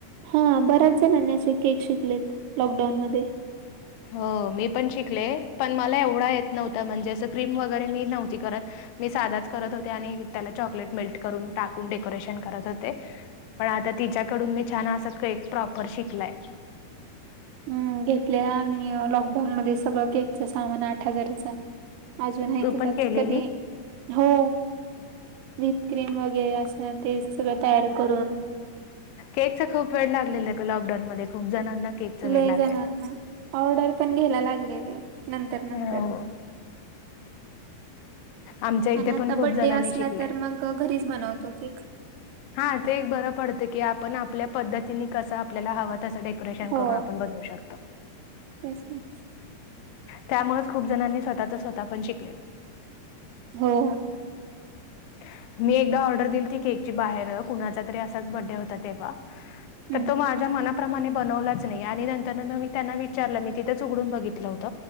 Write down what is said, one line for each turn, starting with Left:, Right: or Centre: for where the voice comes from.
Right: हा बऱ्याच जणांनी असे केक शिकलेत लॉकडाऊनमध्ये
Left: हो मी पण शिकले पण मला एवढा येत नव्हता म्हणजे असं क्रीम वगैरे मी नव्हती करत. मी साधाच करत होते आणि त्याला चॉकलेट मेल्ट करून टाकून डेकोरेशन करत होते. पण आता तिच्याकडून मी छान असा केक प्रॉपर शिकलाय.
Right: हम्म घेतले आम्ही लॉकडाऊन मध्ये सगळं केकच सामान आठ हजाराच अजून आहे
Left: तू
Right: तसच
Left: पण केलेली.
Right: कधी हो मी क्रीम वगैरे असते ना ते सगळं तयार करून
Left: केकच खूप वेड लागलेल लॉकडाऊन मध्ये खूप जणांना केकच वेड
Right: लय
Left: लागायल
Right: जणांना ऑर्डर पण घ्यायला लागलेले नंतर नंतर
Left: हो. आमच्या इथे
Right: आणि आता
Left: पण खूप
Right: बड्डे
Left: जणांनी
Right: असला
Left: शिकले.
Right: तर मग घरीच बनवतो केक
Left: हा ते एक बरं पडते की आपण आपल्या पद्धतीने कसं आपल्याला हवं तसं डे डेकोरेशन
Right: हो
Left: करून आपण बनवू शकतो.
Right: तेच ना
Left: त्यामुळेच खूप जणांनी स्वतःच स्वतः पण शिकले.
Right: हो.
Left: <inaudible> मी एकदा ऑर्डर दिलती केकची बाहेर कुणाचा तरी असाच बर्थडे होता तेव्हा
Right: हम्म
Left: तर तो माझ्या मना प्रमाणे बनवलाच नाही आणि नंतरन मग मी त्यांना विचारलं मी तिथंच उघडून बघितलं होत.